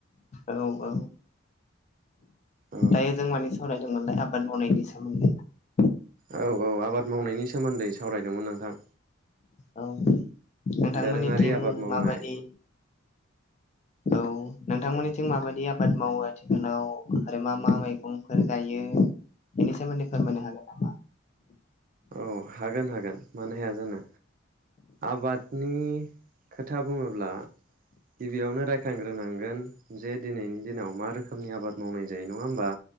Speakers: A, on the left; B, on the right.
A: औ औ
B: औ
A: दायो जों मानि सावरायदोंमोनलाय आबाद मावनायनि सायाव <inaudible>
B: औ औ आबाद मावनायनि सोमोन्दै सावरायदोंमोन नोंथां
A: औ नोंथांमोननिथिं
B: दोरोङारि आबाद मावनाय
A: माबायदि औ नोंथांमोननिथिं माबायदि आबा आबाद मावो आथिखालाव आरो मा मा मैगंफोर गायो बेनि सोमोन्दै फोरमायनो हागोन नामा?
B: औ हागोन हागोन गोन मानो हाया जानो आबातनि खोथा बुङोब्ला गिबियावनो रायखांग्रोनांगोन जे दिनैनि दिनाव मा रोखोमनि आबाद मावनाय जायो नङा होमबा